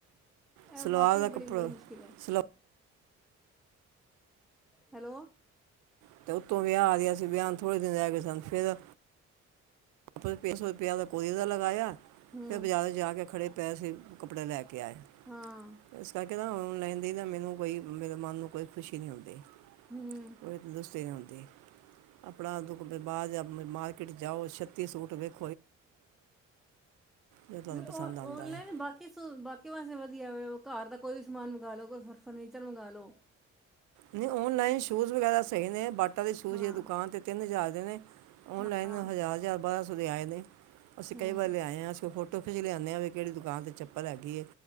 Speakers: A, on the right (about 80°); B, in the centre.
A: ਸਲਵਾਰ
B: ਇਹ ਵਾਕਈ
A: ਦਾ
B: ਬੜੀ
A: ਕੱਪੜਾ
B: ਬੜੀ ਮੁਸ਼ਕਿਲ ਹੈ
A: ਸਲਵਾ
B: ਹੈਲੋ
A: ਅਤੇ ਉੱਤੋਂ ਵਿਆਹ ਆ ਗਿਆ ਸੀ ਵਿਆਹ ਨੂੰ ਥੋੜੇ ਦਿਨ ਰਹਿ ਗਏ ਸਨ ਫਿਰ ਆਪਣਾ ਪ ਪੰਜ ਸੌ ਰੁਪਇਆ ਦਾ ਕੋਰੀਅਰ ਦਾ ਲਗਾਇਆ
B: ਹੂੰ
A: ਫਿਰ ਬਜ਼ਾਰੋ ਜਾ ਕੇ ਖੜੇ ਪੈਸੇ ਕੱਪੜੇ ਲੈ ਕੇ ਆਏ
B: ਹਾਂ
A: ਇਸ ਕਰਕੇ ਤਾਂ ਔਨਲਾਈਨ ਦੀ ਤਾਂ ਮੈਨੂੰ ਕੋਈ ਮੇਰੇ ਮਨ ਨੂੰ ਕੋਈ ਖੁਸ਼ੀ ਨਹੀਂ ਹੁੰਦੀ
B: ਹੂ,,,
A: ਕੋਈ ਤੰਦੁਸਤੇ ਨਹੀਂ ਆਉਂਦੀ ਆਪਣਾ ਬਾਅਦ ਮਾਰਕਿਟ ਜਾਓ ਛੱਤੀ ਸੂਟ ਵਿੱਚ ਜੋ ਤੁਹਾਨੂੰ
B: ਹੂ
A: ਪਸੰਦ ਆਉਂਦਾ
B: ਔਨਲਾਈਨ
A: ਹੈ
B: ਬਾਕੀ ਸਲੂ ਕਿ ਵਸੇ ਵਧੀਆ ਹੋ ਘਰ ਦਾ ਕੋਈ ਵੀ ਸਮਾਨ ਮੰਗਵਾ ਲੋੋ ਕੋਈ ਫਰਨੀਚਰ ਮੰਗ ਲ ਲੋ
A: ਨਹੀਂ ਔਨਲਾਈਨ ਸ਼ੂਜ਼ ਵਗੈਰਾ ਸਹੀ ਨੇ ਬਾਟਾ ਦੇ ਸ਼ੂ
B: ਹਾਂ
A: ਦੁਕਾਨ 'ਤੇ ਤਿੰਨ ਹਜ਼ਾਰ ਦੇ ਨੇ ਔਨਲਾਈਨ
B: ਹਾਂ
A: ਹਜ਼ਾਰ ਹਜ਼ਾਰ ਬਾਰ੍ਹਾਂ ਸੌ ਆਏ ਨੇ ਅਸੀਂ
B: ਹੂੰ
A: ਕਈ ਵਾਰ ਲਿਆਏ ਹਾਂ ਅਸੀਂ ਉਹ ਫੋਟੋ ਟੋਫ ਚ ਲਿਆਉਦੇ ਹ ਵੀ ਕਿਹੜੀ ਦੁਕਾਨ ਤੇ ਚੱਪਲ ਹੈਗੀ ਹੈ